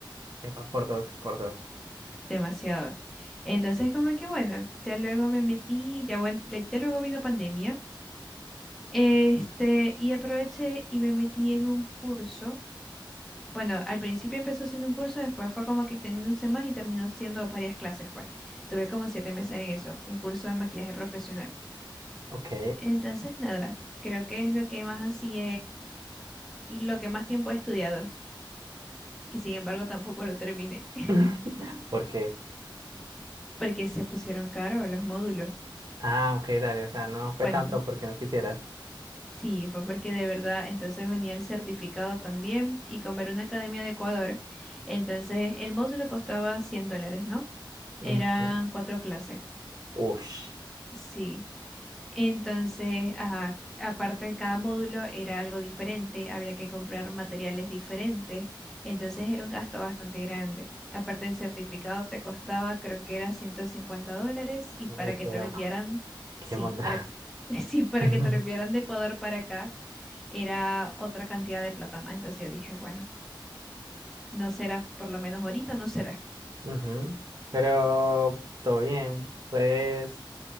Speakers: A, on the right; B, in the centre.
A: Epa, por dos, por dos.
B: demasiado. Entonces, como que bueno, ya luego me metí, ya, buen- le- ya luego vino pandemia, este, y aproveché y me metí en un curso. Bueno, al principio empezó siendo un curso, después fue como que extendiéndose más y terminó siendo varias clases, pues. Tuve como siete meses en eso, un curso de maquillaje profesional.
A: Ok.
B: Entonces, nada, creo que es lo que más así lo que más tiempo he estudiado y sin embargo tampoco lo terminé <laughs>
A: <laughs> ¿Por qué?
B: porque se pusieron caros los módulos.
A: Ah, ok, dale. O sea, no fue
B: Bueno,
A: tanto porque no quisieras.
B: sí, fue porque de verdad entonces venía el certificado también y como era una academia de Ecuador, entonces el módulo costaba 100 dólares, ¿no?
A: Ujú.
B: Eran cuatro clases,
A: Ush.
B: sí. Entonces, ajá, aparte de cada módulo era algo diferente, había que comprar materiales diferentes, entonces era un gasto bastante grande. Aparte del certificado te costaba, creo que era 150 dólares y
A: Uy,
B: para que
A: pero
B: te lo enviaran,
A: qué
B: sí,
A: monda.
B: para, que- <laughs> sí, para
A: <laughs>
B: que te lo enviaran de Ecuador para acá era otra cantidad de plata más. Entonces yo dije, bueno, no será, por lo menos ahorita no será.
A: Ujú. Pero todo bien. Puedes,